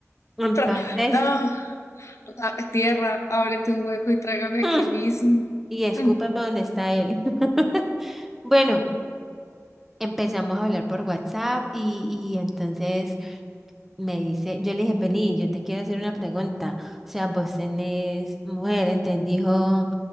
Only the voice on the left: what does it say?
Tra- no, ah, tierra, ábrete un hueco y trágame
aquí mismo.
Mm.